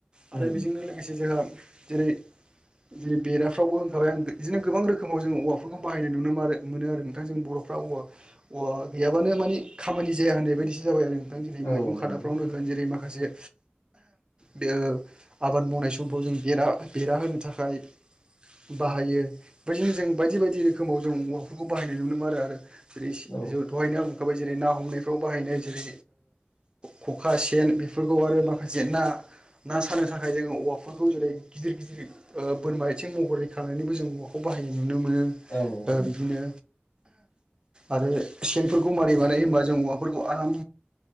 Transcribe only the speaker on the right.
आरो
बेजोंनो लोगोसे जोंहा। जेरै जेरै बेराफ्रावबो होनखाबाय आं बिदिनो गोबां रोखोमाव जोंङो औवा। बानाय नाय नुयो आरो नोंथां बर'फ्रा औवा गैयाबानो खामानि जाया। जाबाय आरो जेरै
मैं खादाफ्रावनो
होनोग जेरै माखासे बे आबाद मावनाय समखौ जों बेरा बेरा होनो थाखाय बाहायो बेदिनो जों बायदि बायदि बायदि रोखोमाव जों औवाफोरखौ बाहायनाय नुनो मोन आरो आरो जेरै
दहायनाय। गो जेरै ना हमनायफ्राव बाहायनाय जेरै खखा सेन बेफोरखौ आरो माखासे ना। ना सानो थाखाय जोंङो औवाफोरखौ जेरै गिदिर गिदिर बोरमा आथिं महरैखांनानैबो जों औवाखौ बाहायनो मोनो। नुनो मोनो
बिदिनो। आरो सेनफोरखौ मारि बानायो होनोमबा जों औवाफोरखौ आराम।